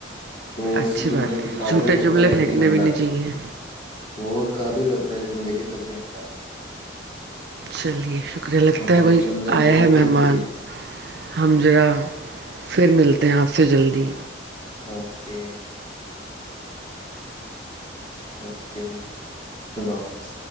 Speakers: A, on the left; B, on the right.
A: وہ
B: اچھی
A: جملے
B: بات
A: کے
B: ہے
A: قابل
B: جھوٹے
A: ہوتا
B: جملے
A: تبھی
B: پھینکنے
A: ہم
B: بھی
A: ڈالتے
B: نہیں چاہیے
A: وہ قابل ہوتا ہے جملے کے تبھی ہم ڈالتے
B: چلیے شکریہ
A: ہیں
B: لگتا
A: ہمارے
B: ہے بھائی
A: جملے
B: آیا
A: بہت
B: ہے
A: قیمتی
B: مہمان
A: ہیں
B: ہم ذرا پھر ملتے ہیں آپ سے جلدی
A: اوکے اوکے اللہ حافظ